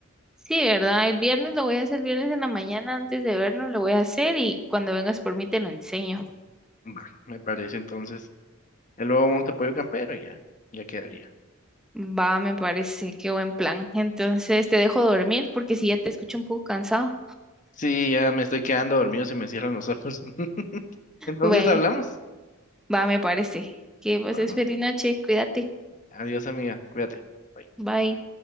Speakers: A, in the centre; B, on the left.
A: Sí, ¿verdad? El viernes lo voy a hacer, el viernes en la mañana antes de vernos lo voy a hacer y cuando vengas por mí te lo enseño.
B: Bueno, me parece entonces. Y luego un apoyo campero y ya, ya quedaría.
A: Va, me parece, qué buen plan. Entonces te dejo dormir porque si ya te escucho un poco cansado.
B: Sí, ya me estoy quedando dormido, se me cierran los ojos. <laughs> Entonces
A: Bueno,
B: hablamos.
A: va, me parece. Que pases
B: Vamos.
A: feliz noche, cuídate.
B: Adiós, amiga. Cuídate. Bye.
A: Bye.